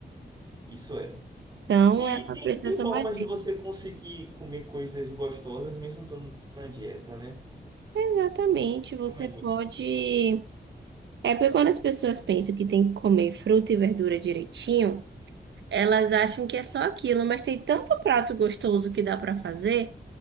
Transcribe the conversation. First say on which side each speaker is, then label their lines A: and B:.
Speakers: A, on the right (about 25°); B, on the right (about 85°).
A: isso é.
B: Então,
A: E,
B: ela
A: e tem,
B: precisa
A: tem
B: tomar
A: formas
B: bem.
A: de você conseguir comer coisas gostosas mesmo estando na dieta, né?
B: Exatamente, você
A: Não é muito
B: pode.
A: desculpa.
B: É porque quando as pessoas pensam que tem que comer fruta e verdura direitinho, elas acham que é só aquilo, mas tem tanto prato gostoso que dá para fazer,